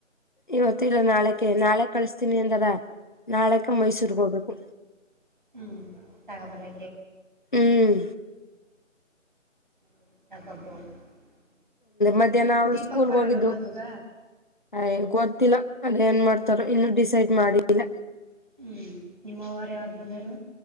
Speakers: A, on the left (about 40°); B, on the right (about 40°).
A: ಇವತ್ತು ಇಲ್ಲ ನಾಳಕ ನಾಳೆ ಕಳಿಸತೀನಿ ಅಂದಾರ ನಾಳಕ ಮೈಸೂರ್ಗ್ ಹೋಗ್ಬೇಕು
B: ಹ್ಮ್ ತಗೋಬಾರ
A: ಹ್ಮ್
B: <unintelligible>
A: ಮಧ್ಯಾಹ್ನ ಅವಳು
B: ದೀಪಕ್
A: ಸ್ಕೂಲ್ಗೆ
B: ಬರಲ್ವ
A: ಹೋಗಿದ್ದು
B: ಮದುಗ
A: ಐಯ್ ಗೊತ್ತಿಲ್ಲ ಅದ ಏನ್ ಮಾಡ್ತಾರೋ ಇನ್ನುೂ ಡಿಸೈಡ್ ಮಾಡಿಲ್ಲ
B: ಹ್ಮ್ ನಿಮ್ಮ್ ಅವ್ವರು ಯಾವತ್ತೂ ಬಂದರು